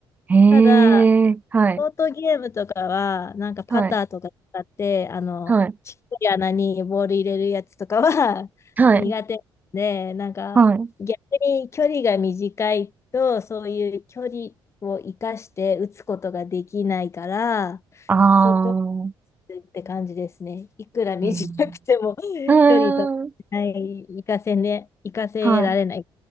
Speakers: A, on the right; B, on the left.
A: へえ、
B: ただ、
A: はい、
B: ショートゲームとかは、なんかパターとか使って、
A: はい、
B: あの、
A: はい、
B: ちっこい穴にボール入れるやつとかは <laughs>
A: はい。
B: 苦手で、なんか逆に距離が短いと、
A: はい
B: そういう距離を生かして打つことができないから、
A: ああ、
B: そこって感じですね。いくら短くても
A: えー、
B: <laughs>
A: うーん、
B: 距離と、はい、生かせね、生かせられない。
A: は